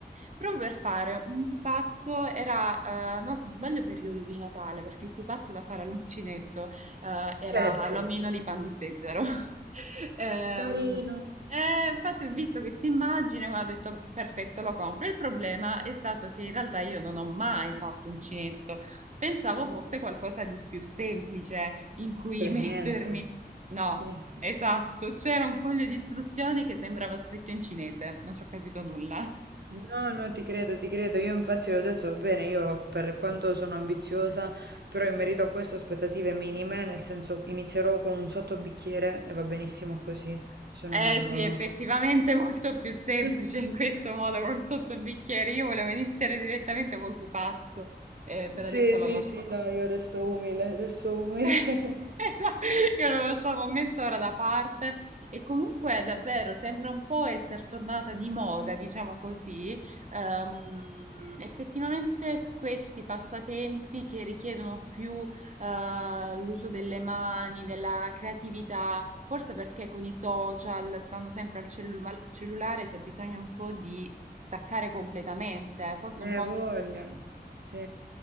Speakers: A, on the right (about 45°); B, on the right (about 80°).
A: proprio per fare un pupazzo. Era, eh, no, se non sbaglio, periodo di Natale, perché il pupazzo da fare all'uncinetto eh, era
B: Certo,
A: l'omino di pan di zezzero. <laughs> Ehm,
B: carino.
A: e infatti ho visto questa immagine e ho detto perfetto, lo compro. Il problema è stato che in realtà io non ho mai fatto uncinetto. Pensavo
B: <laughs> Mm,
A: fosse qualcosa di più semplice in cui
B: Per
A: <laughs> mettermi.
B: niente.
A: No,
B: Sì.
A: esatto, c'era un foglio di istruzioni che sembrava scritto in cinese, non ci ho capito nulla.
B: No, no, ti credo, ti credo. Io infatti l'ho detto, va bene, io per quanto sono ambiziosa, però in merito a questo aspettative minime, nel senso inizierò con un sottobicchiere e va benissimo così. Sono...
A: Eh sì, effettivamente è molto più semplice
B: <laughs>
A: in questo modo col sottobicchiere. Io volevo iniziare direttamente col pupazzo, eh, per
B: Sì,
A: adesso
B: sì,
A: l'ho lasciato.
B: sì, no, io resto umile, resto umile.
A: <laughs>
B: <laughs>
A: Esa- Io non lo so, l'ho messo ora da parte e comunque davvero sembra un po' essere tornata di moda, diciamo così. Ehm, effettivamente questi passatempi che richiedono più eh, l'uso delle mani, della creatività, forse perché con i social stanno sempre al cellu- cellulare, si ha bisogno un po' di staccare completamente, forse
B: Eh,
A: un po' anche
B: voglia,
A: per quello.
B: sì,